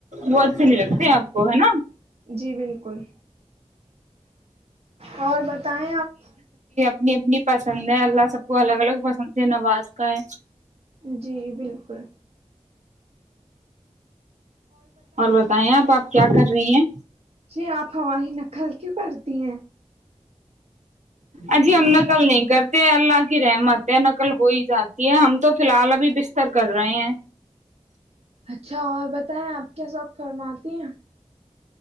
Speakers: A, on the right (about 80°); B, on the right (about 60°).
A: وہ اچھے نہیں لگتے آپ کو ہے نا
B: سکتے۔ جی بالکل اور بتائیں آپ
A: انی اپنی پسند ہے اللہ سب کو الگ الگ پسند سے نواز کا ہے
B: جی بالکل
A: اور بتائیں آپ آپ کیا کر رہی ہیں
B: جی آپ ہماری نقل کیوں کرتی ہیں
A: ا جی ہم نقل نہیں کرتے اللہ کی رحمت ہے نقل ہو ہی جاتی ہے ہم تو فی الحال ابھی بستر کر رہے ہیں
B: اچھا اور بتائیں آپ کیا س وقت فرماتی ہیں